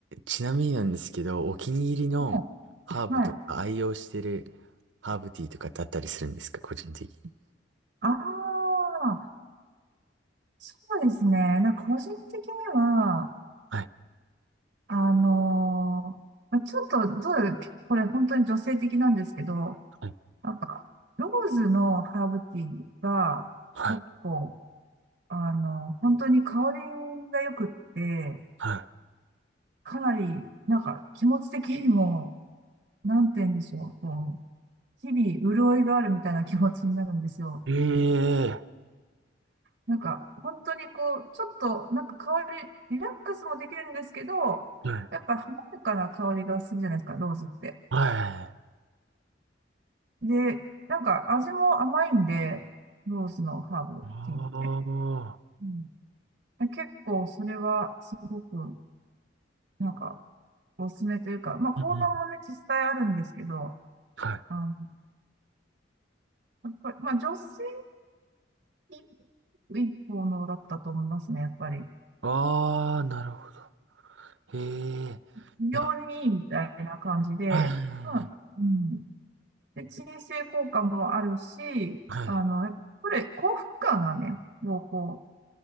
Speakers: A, on the right; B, on the right.
A: ちなみになんですけど、お気に入りのハーブとか愛用してる
B: はい。はい
A: ハーブティーとかだったりするんですか、個人的に。
B: ああ、そうですね。なんか個人的には、
A: はい、
B: あのーまあちょっと、どう、結構これ本当に女性的なんですけど、
A: はい、
B: なんか、ローズのハーブティーが結構、
A: はい、
B: あの、本当に香りが良くって、
A: は
B: かなり、なんか気持ち的にも、なんて言うんでしょう、こう、日々潤いがあるみたいな気持ちになるんですよ。
A: い。ええ
B: なんか、本当にこう、ちょっと、なんか香り、リラックスもできるんですけど、
A: はい。
B: やっぱ華やかな香りがするじゃないですか、ローズって。
A: は
B: で、なんか味も甘いんで、ローズのハーブティーって。
A: い。ああ、
B: うん、で結構それはすごく、なんか、おすすめというか、まあ、効能もね、
A: うんうん。
B: 実際あるんですけど、
A: はい。
B: あの、やっぱり、まあ、女性にいい効能だったと思いますね、やっぱり。
A: ああ、なるほど。へえ。
B: 非常にいいみたいな感じで、
A: いや、は
B: まあうん
A: い、
B: で、鎮静効果もあるし、
A: はい、
B: あの、やっぱこれ、幸福感がね、もうこ